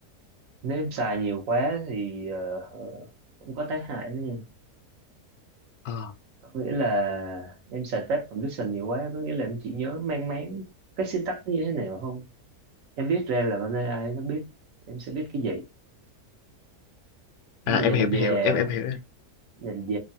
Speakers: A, on the right; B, on the left.
A: nếu em xài nhiều quá thì ờ, ờ, cũng có tác hại đó nha
B: Ờ.
A: có nghĩa là em xài tab condition nhiều quá có nghĩa là em chỉ nhớ mang máng cái syntax nó như thế nào không em viết ra là con AI nó biết em sẽ biết cái gì nhưng
B: à
A: mà
B: em
A: dần
B: hiểu em
A: dà
B: hiểu em em
A: á,
B: hiểu em
A: dần dà